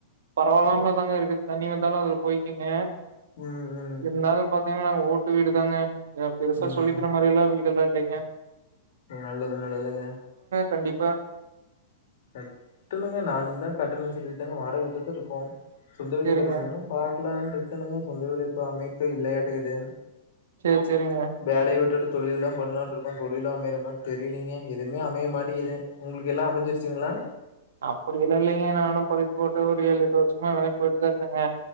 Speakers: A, on the right; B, on the left.
A: பரவால்லாமதாங்க இருக்குது தண்ணி வந்தாலு அதுல போய்க்குங்க
B: ம் ம்
A: இருந்தாலு பாத்தீங்கன்னா நாங் ஓட் வீடுதாங்க ஏ பெருசா
B: ம் ம்.
A: சொல்லிக்குற மாரிலா வீட் வீட்ல எல்லா இல்லீங்க
B: நல்லது நல்லதுங்க
A: கண்டிப்பா
B: கட்டணுங்க நானு தா கட்டணுன்னு சொல்லிட்டு தாங்க வாடக வீட்ல தா இருக்கோ சொந்த வீடு
A: சேரிங்க
B: கெடச்சுதுன்னா பாக்கலான்டு இருக்கனுங்க சொந்த வீடு இப்ப அமைப்பு இல்லயாட்டுக்குது
A: சேரி சேரிங்க
B: வேலைய உட்டுட்டுப் தொழில்தா பண்ணலான்ருக்கொ தொழிலும் அமையற மாரி தெரியலங்க எதுவுமே அமைய மாட்டிக்கிது உங்களுக்கு எல்லா அமஞ்சிருச் சேரிங்ளா
A: அப்டி எல்லா இல்லிங்க நானும் படுச்சுப் போட்டு ஒரு ஏழு எட்டு வருஷமா வேலைக்கு போயிட்டுதா இருக்கேங்க